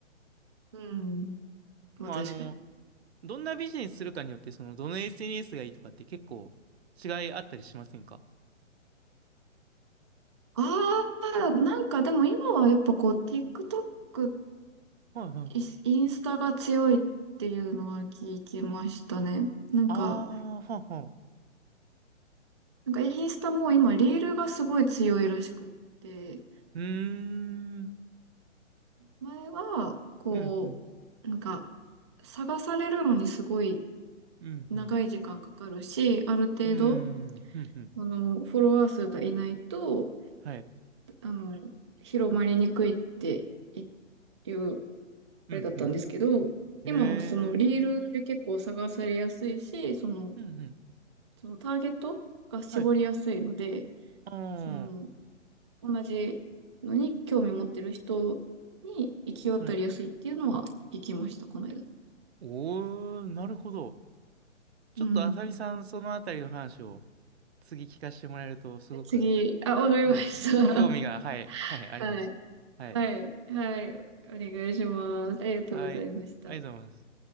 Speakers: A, on the right; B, on the right.
A: うん。まあ確かに。
B: でもあの、どんなビジネスするかによって、その、どの SNS がいいとかって結構違いあったりしませんか
A: ああ、なんかでも今はやっぱこう、TikTok、
B: はいはい。
A: イインスタが強いっていうのは聞きましたね。なんか、
B: ああ、はんはん。
A: なんかインスタも今、リールがすごい強いらしくって、
B: うーん。
A: 前は、こ
B: うん、うん、
A: う、なんか、探されるのにすごい
B: うん、
A: 長い時間かかるし、
B: うん。
A: ある程度、
B: うーん、うん、うん。
A: あの、フォロワー数がいないと、
B: はい。
A: あの、広まりにくいっていう、あ
B: うん、
A: れだったんですけど、
B: うん。へえ。
A: 今はそのリールで結構探されやすいし、その、
B: うん、うん。
A: そのターゲットが絞りやすいので、
B: はい。あ
A: その、同じのに興味持ってる人に行き渡りやすいっていうのは聞きました、
B: あ、はい。
A: この間。
B: おー、なるほど。ちょっとあさりさん、
A: うん。
B: そのあたりの話を次聞かせてもらえると、すごく、
A: 次、あ、わかりました。
B: はい。興味が、はい、はい、
A: <laughs>
B: あります。
A: はい。
B: はい。
A: はい。はい。お願いします。ありがとうございました。
B: はい。ありがとうございます。